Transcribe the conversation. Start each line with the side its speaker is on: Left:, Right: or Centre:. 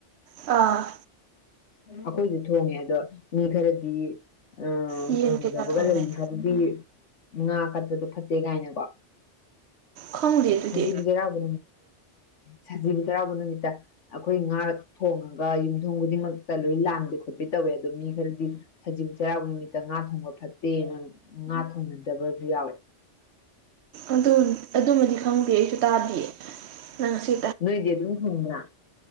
Right: ꯑ ꯑꯥ
Left: ꯑꯩꯈꯣꯏꯁꯨ ꯊꯣꯡꯉꯦ ꯑꯗ ꯃꯤ ꯈꯔꯗꯤ ꯎ
Right: ꯌꯦꯟ
Left: ꯊꯨꯡꯅꯖꯕꯒ
Right: ꯀꯩꯀꯥ ꯊꯣꯡꯅꯩ
Left: ꯂꯩꯈꯔꯕꯗꯤ ꯉꯥ ꯀꯠꯄꯗꯣ ꯐꯠꯇꯦ ꯀꯥꯏꯅꯀꯣ
Right: ꯈꯪꯗꯦ ꯑꯗꯨꯗꯤ
Left: ꯁꯖꯤꯕꯨꯁꯔꯥꯕ ꯁꯖꯤꯕꯨ ꯆꯩꯔꯥꯎꯕ ꯅꯨꯃꯤꯠꯇ ꯑꯩꯈꯣꯏ ꯉꯥ ꯊꯣꯉ ꯌꯨꯝꯊ ꯈꯨꯗꯤꯡꯃꯛꯇ ꯂꯣꯏ ꯂꯥꯟꯥꯟꯕ ꯈꯣꯠꯄ ꯇꯧꯋꯦ ꯑꯗꯣ ꯃꯤ ꯈꯔꯗꯤ ꯁꯖꯤꯕꯨ ꯆꯩꯔꯥꯎꯕ ꯅꯨꯃꯤꯠꯇ ꯉꯥ ꯊꯣꯡꯕ ꯐꯠꯇꯦꯅ ꯉꯥ ꯊꯣꯡꯅꯗꯕꯁꯨ ꯌꯥꯎꯋꯦ
Right: ꯑꯗꯨ ꯑꯗꯨꯃꯗꯤ ꯈꯪꯗꯦ ꯑꯩꯁꯨ ꯇꯥꯗꯦ ꯅꯪ ꯉꯁꯤ
Left: ꯅꯣꯏꯗꯤ ꯑꯗꯨꯝ ꯍꯤꯡꯕ꯭ꯔ